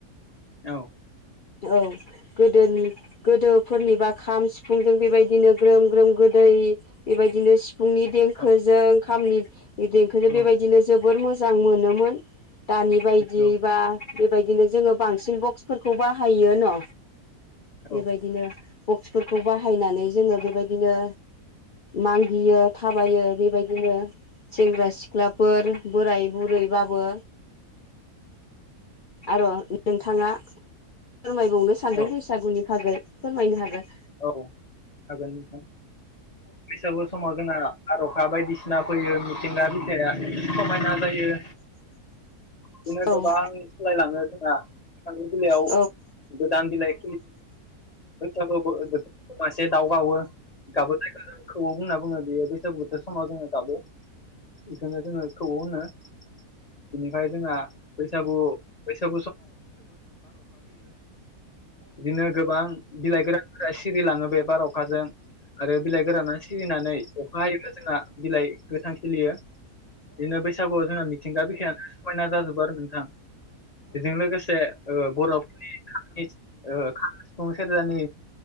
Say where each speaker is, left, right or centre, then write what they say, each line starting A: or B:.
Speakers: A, on the left; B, on the left.
A: औ ।
B: औ गोदोनि गोदोफोरनिबा खाम सिफुंजों बेबायदिनो ग्रोम ग्रोम गोदो ओरै बेबायदिनो सिप फुंनि देंखोजों
A: औ
B: ओंखामनि देंखोजों
A: औ
B: बेबायदिनो जोबोर मोजां मोनोमोन दानि बायदि
A: नंगौ
B: बा बेबायदिनो जोङो बांसिन बक्सफोरखौ बाहायो न'
A: औ
B: बेबायदिनो बक्सफोरखौ बाहायनानै जोङो बेबायदिनो मागियो थाबायो बेबायदिनो सेंग्रा सिख्लाफोर बोराय बुरैबाबो आरो' नोंथाङा फोरमायबावनो
A: औ
B: सानदों
A: औ
B: बैसागुनि थाखायागै फोरमायनो हागोन ।
A: औ हागोन नोंथां बैसागु समाव जोंहा बार अखा बायदिसिना फैयो मिथिंगा बिथाया समायना जायो बिदिनो
B: औ
A: गोबां
B: औ
A: सालायलाङो जोंहा
B: औ नंगौ औ नंगौ
A: गोदान बिलााय बैसागु बोथोराव मासे दाउ गावो गाबो जायखौ जों खौवौ होनना बुङो बेयो बैसागु बोथोर समाव जोङो गाबो बेखनो जोङो खौवौ होनो । बिनिफ्राय जोंहा बैसागु बैसा बिदिनो गोबां बिलाइ गोरानफोरा सिरिलाङो बे बार अखाजों आरो बिलाइ गोराना सिरिनानै अखा हायोब्ला जोंना बिलाइ गोथां सिलियो । बिदिनो बैसागुआव जोंना मिथिंगा बिखायानो समायना जाजोबो आरो नोंथां । बेजों लोगोसे बर'फोरनि सुबुं सेरजानि